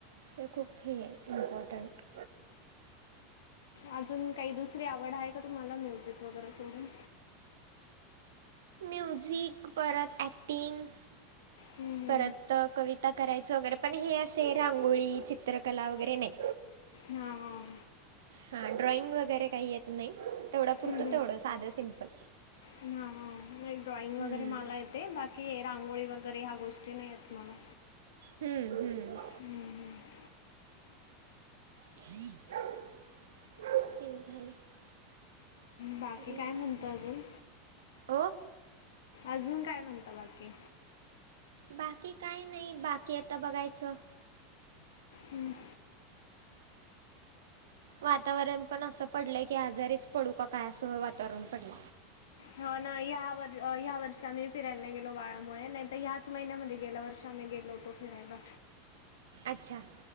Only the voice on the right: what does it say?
ते खूप हेय इम्पॉर्टंट.
म्युझिक परत ॲक्टिंग-
परत कविता करायचं वगैरे. पण हे असे रांगोळी, चित्रकला वगैरे नाही.
हा. ड्रॉइंग वगैरे काही येत नाही. तेवढ्या
पुरतं तेवढं साधं सिम्पल.
हम्म
हम्म हम्म.
ते झाले.
करिअर
ओ
बाकी काय नाही. बाकी आता बघायचं.
वातावरण पण असं पडलंय की आजारीच पडू का काय असं वातावरण पडलय.
अच्छा.